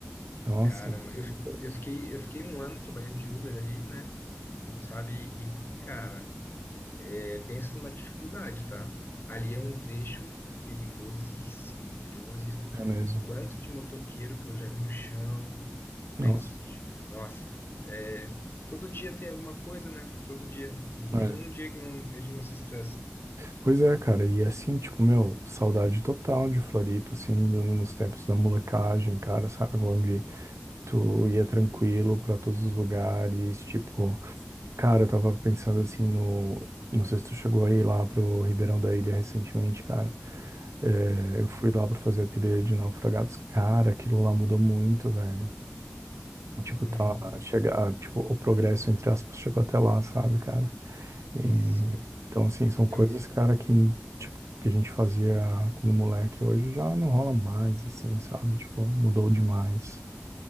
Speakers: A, on the right; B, on the left.
A: Nossa,
B: Cara,
A: meu
B: eu,
A: Deus.
B: eu fiquei, eu fiquei um ano trabalhando de Uber ali, né? Não sabe? E, cara, é, pensa numa dificuldade, tá? Ali é um trecho perigosíssimo, perigosíssimo.
A: é mesmo.
B: O quanto de motoqueiro que eu já vi no chão, lenço
A: Nossa.
B: de... Nossa, é, todo dia tem alguma coisa, né? Todo dia. Não
A: É.
B: tem um dia que não, a gente não se estresse.
A: Pois é, cara, e assim, tipo, meu, saudade total de Floripa, assim, do- nos tempos da molecagem, cara, sabe, onde Tu ia tranquilo pra todos os lugares, tipo, cara, eu tava pensando assim no, não sei se tu chegou aí lá pro Ribeirão da Ilha recentemente, cara. É, eu fui lá pra fazer a trilha de naufragados, cara, aquilo lá mudou muito, velho. Tipo,
B: Hum,
A: tá, chega, ah, tipo, o progresso, entre aspas, chegou até lá, sabe, cara? E,
B: sim.
A: então, assim, são coisas,
B: Eu,
A: cara, que, tipo, que a gente fazia quando moleque, hoje já não rola mais, assim, sabe? Tipo, mudou demais.